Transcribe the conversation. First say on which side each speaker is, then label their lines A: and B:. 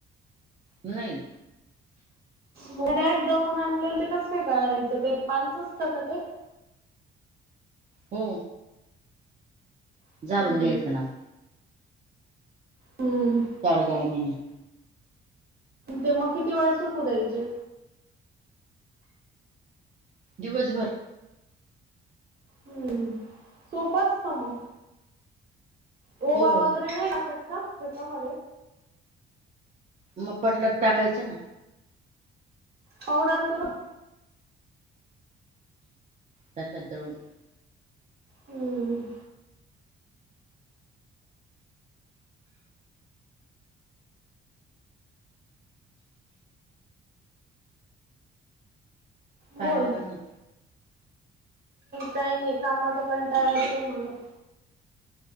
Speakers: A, on the right; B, on the right.
A: नही.
B: मं डायरेक्ट दळून आणलेलं ते कसं काय गाळायचं, ते पांच असते का ते?
A: हो.
B: हम्म
A: झारून घ्यायचं ना मग.
B: हम्म.
A: जाड गाळणीने.
B: ते मग किती वेळ सुकू द्यायचे?
A: दिवसभर.
B: हम्म. सोपं असतं मग. ओवा
A: हो
B: वगैरे नाही टाकत का, त्यांच्यामध्ये?
A: म पटलं तं टाकायचं ना.
B: पावडर करन
A: त्याच्यात दळून.
B: हम्म
A: काय
B: बोल
A: मग अजून?
B: काही नही, कामाचा कंटाळा येतो य मला.